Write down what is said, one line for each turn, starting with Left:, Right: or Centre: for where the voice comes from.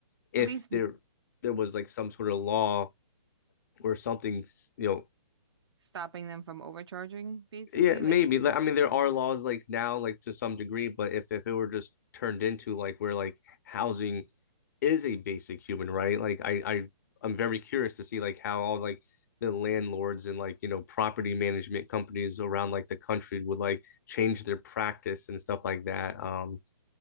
Left: if
Right: At least
Left: there, there was like some sort of law or something, you know,
Right: stopping them from overcharging, basically,
Left: Yeah, maybe.
Right: like
Left: Like, I mean, there are laws like now, like to some degree, but if if it were just turned into like where like housing is a basic human right, like I I I'm very curious to see like how all like the landlords and like you know property management companies around like the country would like change their practice and stuff like that. Um,